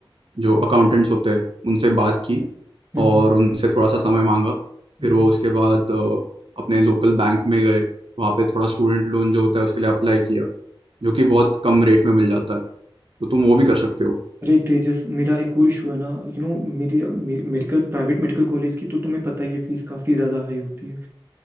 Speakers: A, on the right; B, on the right.
A: जो अकाउंटेंट्स होते हैं उनसे बात की
B: हम्म,
A: और उनसे थोड़ा सा समय मांगा
B: हम्म।
A: फिर वो उसके बाद अ, अपने लोकल बैंक में गए वहाँ पे थोड़ा स्टूडेंट लोन जो होता है उसके लिए अप्लाई किया जो कि बहुत कम रेट में मिल जाता है तो तुम वो भी कर सकते हो
B: अरे तेजस मेरा एक और इशू है ना यू नो मेरी मे, मेडिकल प्राइवेट मेडिकल कॉलेज की तो तुम्हें पता ही है फीस काफ़ी ज़्यादा हाई होती है